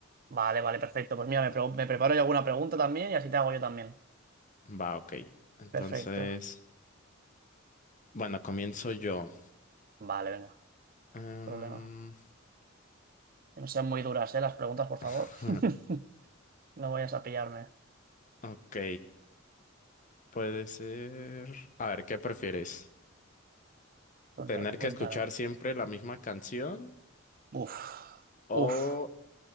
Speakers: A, on the right (about 45°); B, on the left (about 40°).
A: Vale, vale, perfecto. Pues mira, me, pre- me preparo yo alguna pregunta también y así te hago yo también.
B: Va, ok. Entonces,
A: Perfecto.
B: bueno, comienzo yo.
A: Vale, venga,
B: Em,
A: problema. Que no sean muy duras, ¿eh? Las preguntas, por favor.
B: <laughs>
A: <laughs> No vayas a pillarme.
B: ok, puede ser... A ver, ¿qué prefieres?
A: Cuéntame,
B: ¿Tener
A: cuéntame.
B: que escuchar siempre la misma canción
A: Uf,
B: o
A: uf,